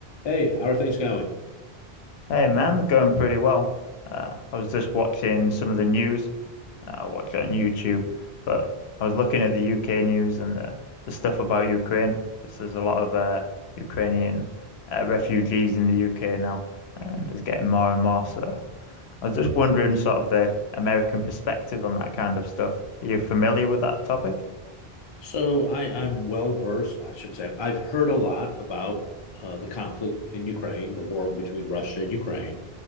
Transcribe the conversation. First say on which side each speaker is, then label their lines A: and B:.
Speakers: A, on the left; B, on the left.
A: Hey, how are things going?
B: Hey man, they're going pretty well. Uh, I was just watching some of the news. Uh, I watch it on YouTube, but I was looking at the UK news and the, the stuff about Ukraine because there's a lot of uh, Ukrainian uh, refugees in the UK now, and there's getting more and more. So I was just wondering, sort of, the American perspective on that kind of stuff. Are you familiar with that topic?
A: So I, I'm well versed, I should say. I've heard a lot about uh, the conflict in Ukraine, the war between Russia and Ukraine.